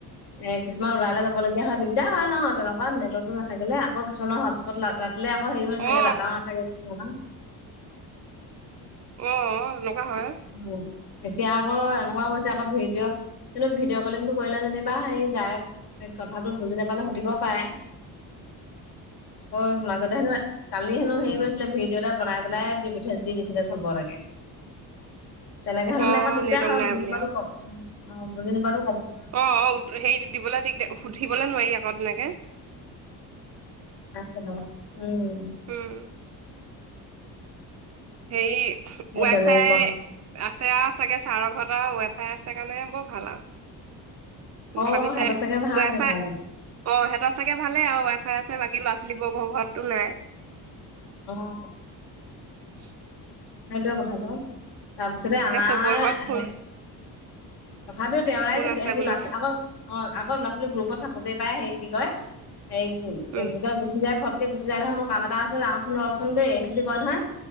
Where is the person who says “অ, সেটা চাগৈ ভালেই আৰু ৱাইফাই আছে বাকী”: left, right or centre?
Right